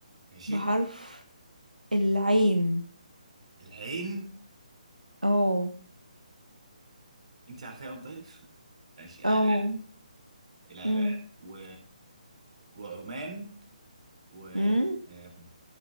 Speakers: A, on the right; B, on the right.
A: ماشي
B: بحرف العين
A: العين
B: او
A: انت عارفاهم طيب <laughs> ماشي العراق
B: او
A: العراق
B: مم.
A: و... وعمان و
B: مم.
A: آم،